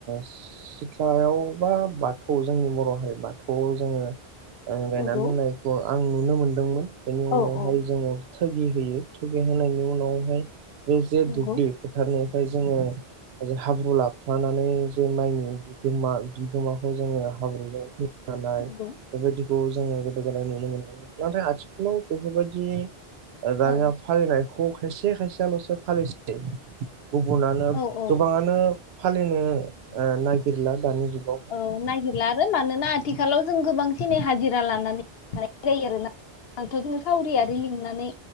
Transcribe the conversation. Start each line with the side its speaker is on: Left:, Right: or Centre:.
Right: सिथ्लायाव बा बाथौ जोंनि बर' हारि बाथौआव जोङो। ओ गायना
Left: नंगौ
Right: दोननायखौ आं नुनो मोनदोंमोन। बेनि उनावहाय
Left: औ औ
Right: जोङो। थगि होयो थगि होनायनि उनावहाय <unintelligible> दुब्लि
Left: नंगौ
Right: फोथारनि। ओमफ्राय जोङो हाब्रु लाफानानै जे माइनि बिगोमा बिगोमाखौ जोङो हाब्रुजों नाय
Left: नंगौ
Right: बेबायदि खौ जोङो गोदो गोदाय नुनो मोनदों नाथाय आथिखालाव बेफोरबायदि दानिया
Left: औ
Right: फालिनायखौ खायसे <unintelligible> <unintelligible> फालिसै गुबुनानो
Left: औ औ
Right: गोबाङानो। फालिनो ओ नाग <unintelligible> दानि जुगावहाय।
Left: ओ नागिरला आरो मानो ना आथिखालाव जों गोबां एनै हाजिरा लानानै जायो आरो ना आथ जोङो सावरि आरि लिंनानै